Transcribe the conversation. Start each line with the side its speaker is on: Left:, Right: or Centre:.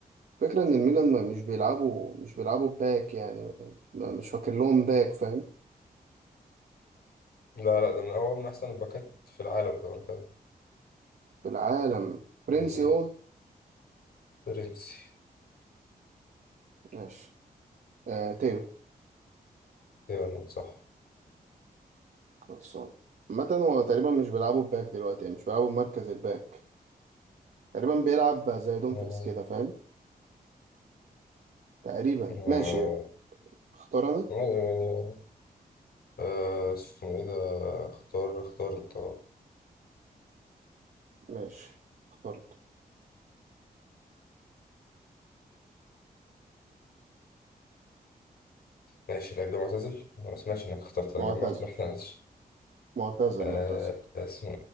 Right: فكرة إن الميلان ما مش بيلعبوا مش بيلعبوا باك يعني ما ما- مش فاكر لهم باك فاهم
Left: لا لا ده من هو من أحسن الباكات في العالم في الوقت
Right: في العالم فرنسي
Left: يعني
Right: هو
Left: فرنسي
Right: ماشي آه تيو
Left: تقريبا نقول صح
Right: خلصان عامة هو تقريبا مش بيلعبوا باك دلوقتي يعني مش بيلعبوا مركز الباك تقريبا بيلعب زي دومفريس
Left: آه
Right: كده فاهم تقريبا
Left: آه
Right: ماشي اختار انا
Left: يعني آه اسمه إيه ده اختار اختار أنت
Right: ماشي اخترت
Left: ماشي اللعيب ده معتزل أنا ما سمعتش إنك اخترت أنا
Right: معتزل
Left: جمعت ما إحناش
Right: معتزل
Left: آه
Right: معتزل
Left: اسمه